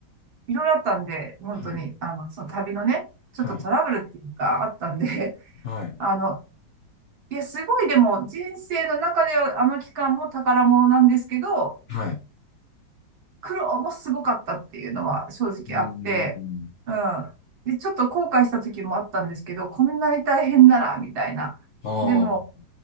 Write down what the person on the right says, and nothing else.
いろいろあったんで、本当に、
あの、その旅のね、ちょっとトラブルっていうか、
あったんで、
<laughs> あの、いや、すごい、でも、人生の中では、あの期間も宝物なんですけど、
苦労もすごかったっていうのは正直あって、
うん。で、ちょっと後悔した時もあったんですけど、こんなに大変なら、みたいな。
でも、